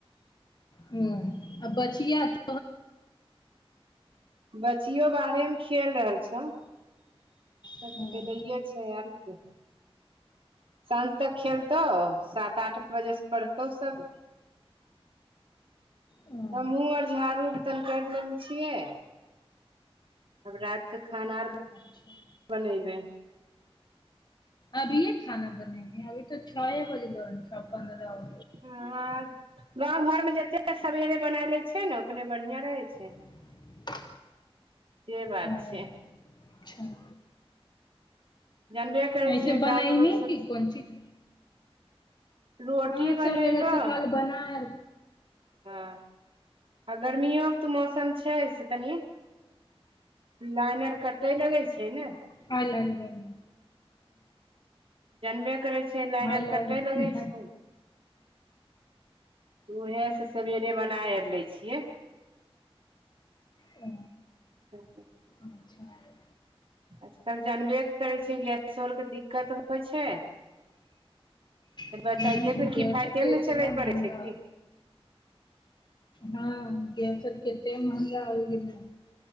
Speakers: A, on the left (about 45°); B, on the right (about 65°).
A: हूं आ बच्चिया तो
B: बच्चियो बाहरे मे खेल रहल छौ सब
A: हँ
B: खेलैेये छै आर कु साँझ तक खेलतौ सात आठ बजे स पढ़तौ सब
A: हँ
B: हमहुँ आर झाड़ू बर्तन करि लेल छियै आब रात क खाना आर
A: अच्छा
B: बनेबै
A: अभीए खाना बनेभी अभी तो छ ए बजलौ छ पन्द्रह
B: हँ गाँव घरमे जतेक सवेरे बना लैय छियै ने उतने बढ़िआं रहैत छै
A: <unintelligible>
B: से बात
A: हँ
B: छै
A: अच्छा
B: जानबे करै
A: नै छै बनइने
B: गाँंव के लोग सब
A: की कोथिक
B: रोटी
A: हँ सबेरे
B: बनैब ह
A: सकाल बनायल
B: हँ आ गर्मियोे तऽ मौसम छै स तनि लाइन आर कटय लगै छै ने
A: हाय लायन
B: जनबे करै छै लाइन
A: हाल
B: और
A: हाल
B: कटय
A: बनायल
B: लगै छै उएहे से सवेरे बनायै लै छियै
A: ह
B: <unintelligible>
A: <unintelligible>
B: आजकल जानबे करै छै गैसो आरके दिक्कत होइ छै फेर
A: ह
B: बच्चाइएके ने
A: गैस
B: किफायइतेमे
A: तऽ
B: ने
A: इतना
B: चलय
A: महंगा
B: पड़ै छै कि
A: हँ गैसो कते महगा हो गेल